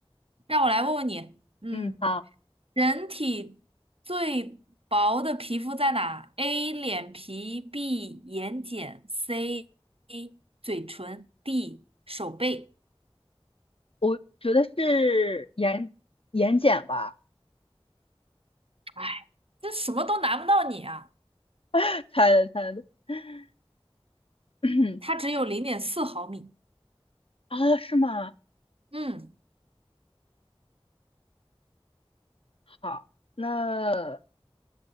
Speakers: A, on the right; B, on the left.
A: 让我来问问你，嗯，
B: 嗯，好，
A: 人体最薄的皮肤在哪？A. 脸皮，B. 眼睑，C. 嘴唇，D. 手背。
B: 我觉得是眼眼睑吧，
A: 哎，这什么都难不到你啊，
B: <laughs> 猜的猜的。<coughs> <clears throat>
A: 它只有零点四毫米。
B: 哦，是吗？
A: 嗯，
B: 好，那